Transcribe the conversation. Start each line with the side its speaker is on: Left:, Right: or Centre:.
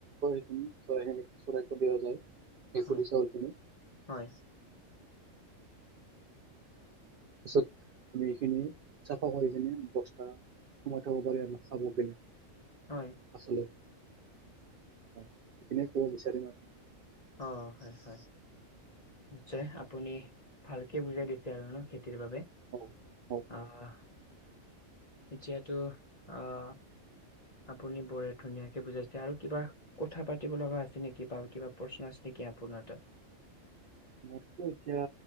Right: চৰাই খিনি চৰাইক দিয়া যায়
Left: হয়।
Right: খুধি চাউল খিনি।
Left: হয়
Right: তাৰপিছত তুমি চাফা কৰি কিনে বস্তা সোমাই থব পাৰি আৰু ন খাব গেলে।
Left: হয়
Right: আচ সেইখিনিয়ে কব বিচাৰিম আৰু।
Left: অ হয় হয় নিশ্চয় আপুনি ভালকে বুজাই দিছে আৰু ন খেতিৰ বাবে
Right: অঁ, হওক
Left: আহ। এতিয়াতো আহ আপুনি বৰ ধুনীয়াকে বুজাইছে আৰু কিবা কথা পাতিব লগা আছে নেকি বাৰু কিবা প্ৰশ্ন আছিল? কি আপোনাৰ তাত।
Right: <inaudible> মইটো এতিয়া